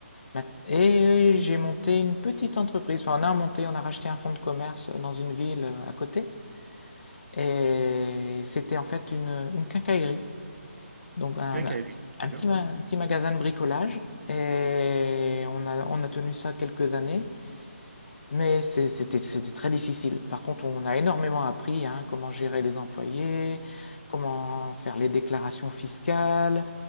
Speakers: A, on the left; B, on the right.
A: Mat- Et j'ai monté une petite entreprise. Enfin, on a monté, on a racheté un fonds de commerce dans une ville euh, à côté. Et c'était en fait une, une quincaillerie. Donc,
B: Donc
A: un,
B: quincaillerie, trop
A: un
B: bien.
A: petit, ma- un petit magasin de bricolage. Et on a, on a tenu ça quelques années. Mais c'est- c'était c'était très difficile. Par contre, on a énormément appris, hein, comment gérer les employés, comment faire les déclarations fiscales,